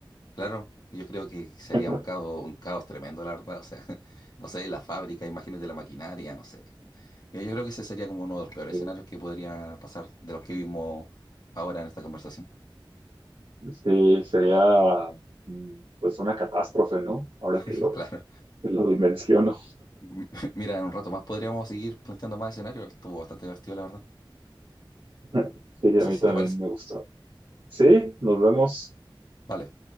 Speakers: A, on the left; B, on the right.
A: claro, yo creo que sería
B: <laughs>
A: un caos, un caos tremendo, la verdad, o sea, <laughs> no sé, la fábrica, imagínate la maquinaria, no sé. Yo, yo creo que ese sería como uno de los peores
B: Sí,
A: escenarios que podría pasar de los que vimos ahora en esta conversación,
B: Sí, sería mm, pues una catástrofe, ¿no? Ahora
A: <laughs>
B: que lo,
A: claro.
B: que lo dimensiono.
A: M- <laughs> Mira, en un rato más podríamos seguir planteando más escenarios. Estuvo bastante divertido, la verdad.
B: <laughs> Sí, a
A: No sé
B: mí
A: si
B: también
A: te parece.
B: me gustó. Sí, nos vemos.
A: Vale.